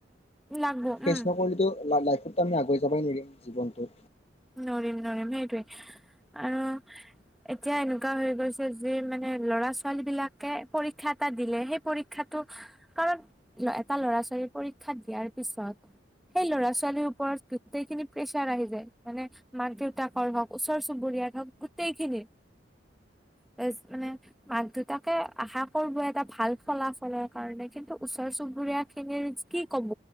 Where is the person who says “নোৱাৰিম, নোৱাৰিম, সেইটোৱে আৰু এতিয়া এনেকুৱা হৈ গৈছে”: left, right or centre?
Centre